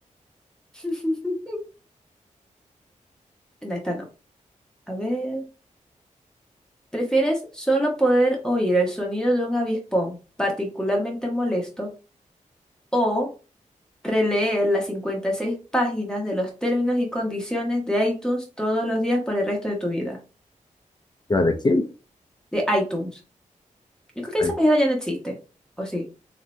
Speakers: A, in the centre; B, on the left.
A: <laughs> No, esta no. A ver. ¿Prefieres solo poder oír el sonido de un avispón particularmente molesto o Releer las 56 páginas de los términos y condiciones de iTunes todos los días por el resto de tu vida.
B: ¿Ya de quién?
A: De iTunes. Yo creo que
B: Ay,
A: esa página ya no existe. ¿O sí?